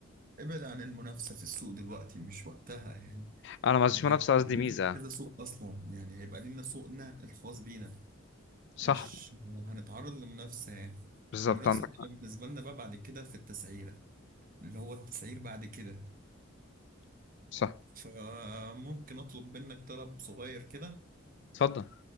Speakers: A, on the right (about 45°); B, on the left (about 60°).
A: ابعد عن المنافسة في السوق دلوقتي مش وقتها يعني
B: انا ما قصديش
A: احنا
B: منافسه قصدي
A: هنفتح
B: ميزه
A: كذا سوق اصلا يعني هيبقى لينا سوقنا الخاص بينا
B: صح
A: مش هنتعرض لمنافسة يعني
B: بالظبط
A: المنافسة
B: عندك
A: هتبقى بالنسبة لنا بقى بعد كده في التسعيرة اللي هو التسعير بعد كده
B: صح
A: فممكن اطلب منك طلب صغير كده
B: اتفضل